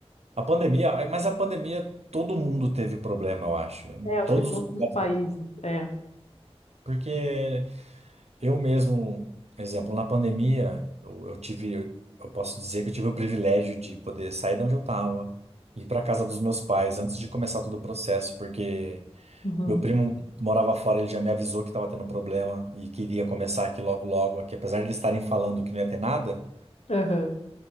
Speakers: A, on the right; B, on the left.
A: A pandemia, mas a pandemia todo mundo teve problema, eu acho, em
B: É, acho
A: todos
B: que todos
A: os lugares
B: os países,
A: do-
B: é.
A: Porque eu mesmo, exemplo, na pandemia, eu, eu tive, eu, eu posso dizer que eu tive o privilégio de poder sair de onde eu estava, ir para casa dos meus pais antes de começar todo o processo, porque
B: Uhum.
A: meu primo morava fora, ele já me avisou que estava tendo problema e queria começar aqui logo logo, aqui, apesar de eles estarem falando que não ia ter nada.
B: Aham.